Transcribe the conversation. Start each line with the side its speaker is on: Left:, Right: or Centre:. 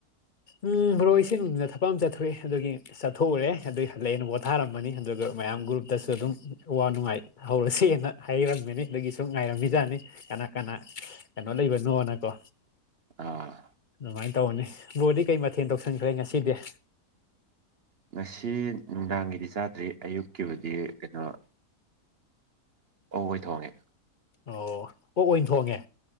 Left: ꯎꯝ ꯕꯣ ꯏꯁꯤꯡ ꯅꯨꯡꯃꯤꯗ ꯊꯛ ꯑꯃ ꯆꯠꯊꯣꯛꯑꯦ ꯑꯗꯨꯒꯤ ꯆꯠꯊꯣꯛꯎꯔꯦ ꯑꯗꯨꯒꯤ ꯍꯜꯂꯛꯑꯦꯅ ꯄꯣꯊꯥꯔꯝꯕꯅꯤ ꯑꯗꯨꯒ ꯃꯌꯥꯝ ꯒ꯭ꯔꯨꯞꯇꯁꯨ ꯑꯗꯨꯝ ꯑ ꯋꯥ ꯅꯨꯡꯉꯥꯏ ꯍꯧꯔꯁꯦꯅ ꯍꯥꯏꯔꯝꯃꯤꯅꯤ ꯑꯗꯨꯒꯤ ꯁꯨꯝ ꯉꯥꯏꯔꯝꯃꯤꯖꯥꯠꯅꯤ ꯀꯅꯥ ꯀꯅꯥ ꯀꯩꯅꯣ ꯂꯩꯕꯅꯣꯅꯀꯣ
Right: ꯑꯥ
Left: ꯑꯗꯨꯃꯥꯏꯅ ꯇꯧꯔꯅꯤ ꯕꯣꯔꯗꯤ ꯀꯩ ꯃꯊꯦꯜ ꯇꯧꯁꯤꯟꯈ꯭ꯔꯦ ꯉꯁꯤꯗꯤ
Right: ꯉꯁꯤ ꯅꯨꯡꯗꯥꯡꯒꯤꯗꯤ ꯆꯥꯗ꯭ꯔꯤ ꯑꯌꯨꯛꯀꯤꯕꯨꯗꯤ ꯀꯩꯅꯣ ꯑꯣ ꯑꯣꯏ ꯊꯣꯡꯉꯦ
Left: ꯑꯣ ꯑꯣ ꯑꯣꯏꯅ ꯊꯣꯡꯉꯦ